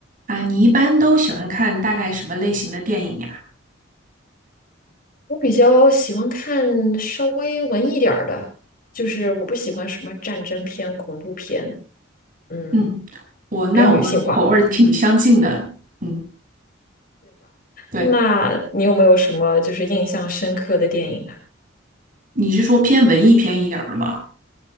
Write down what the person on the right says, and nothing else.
啊，你一般都喜欢看大概什么类型的电影呀？
嗯，我那我们口味儿挺相近的。
嗯，对，
你是说偏文艺片一点儿的吗？